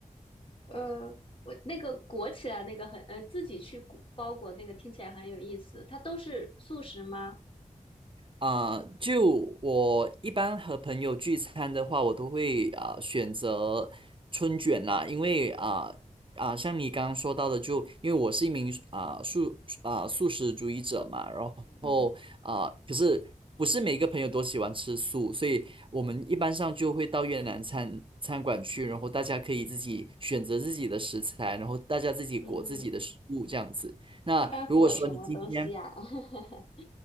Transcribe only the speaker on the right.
啊、就我一般和朋友聚餐的话，我都会啊、选择春卷啦，因为啊啊、像你刚刚说到的就，因为我是一名啊、素啊、素食主义者嘛，然后
啊、可是不是每一个朋友都喜欢吃素，所以我们一般上就会到越南餐餐馆去，然后大家可以自己选择自己的食材，然后大家自己裹自己的食物这样子。
那如果说你今天